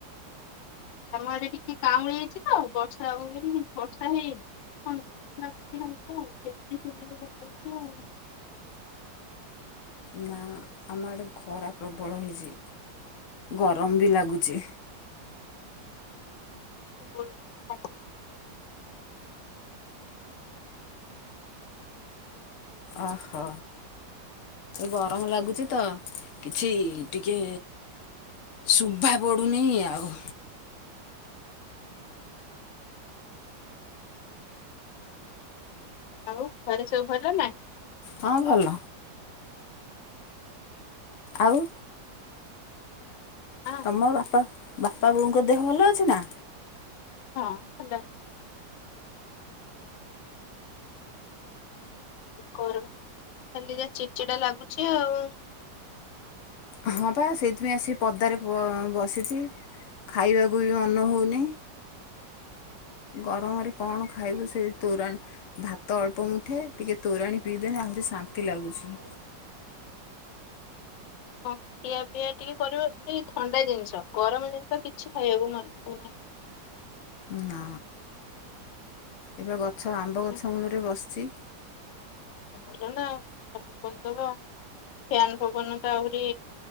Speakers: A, on the left (about 85°); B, on the left (about 55°).
A: ଆମ ଆଡେ ଟିକେ କାଉଁଳେଇଛି ତ ବର୍ଷା ହବବୋଲିକି ବର୍ଷା ହେଇନିଣ <unintelligible> ଆଉ
B: ନା ଆମ ଆଡ଼େ ଖରା ପ୍ରବଳ ହେଇଛି ଗରମ ବି ଲାଗୁଛି
A: <inaudible>
B: ଓହୋ ଗରମ ଲାଗୁଛି ତ କିଛି ଟିକେ ଶୁଭା ପଡ଼ୁନି ଆଉ।
A: ହଉ। ଘରେ ସବୁ ଭଲ ନା।
B: ହଁ ଭଲ ଆଉ।
A: ହଁ
B: ତମ ବାପା। ବାପା ବୋଉଙ୍କ ଦେହ ଭଲ ଅଛି ନା।
A: ହଁ ହେଲା। କର। ଖାଲି ଯା ଚିଡ଼ିଡା ଲାଗୁଛି। <unintelligible>
B: ହଁ ପା ସେଇଥିପାଇଁ ଆସି ପଦାରେ ବ ବସିଛି ଖାଇବାକୁ ବି ମନ ହେଉନି ଗରମରେ କଣ ଖାଇବୁ ସେ ତୋରାଣି ଭାତ ଅଳ୍ପ ମୁଠେ ଟିକେ ତୋରାଣି ପିଇଦେନି ଆହୁରି ଶାନ୍ତି ଲାଗୁଛି।
A: ହଁ ଖିଇଆ ପିଇଆ ଟିକେ କରିବ ଏ ଥଣ୍ଡା ଜିନିଷ ଗରମ ଜିନିଷ କିଛି ଖାଇବାକୁ ମନ ହଉନାହିଁ।
B: ନା। ଏବେ ଗଛ ଆମ୍ବ
A: ପୁରା
B: ଗଛ ମୂଳରେ ବସିଛି।
A: ଭଲ ନା ପବନ ଦବ ଫ୍ୟାନ ପବନ ତ ଆହୁରି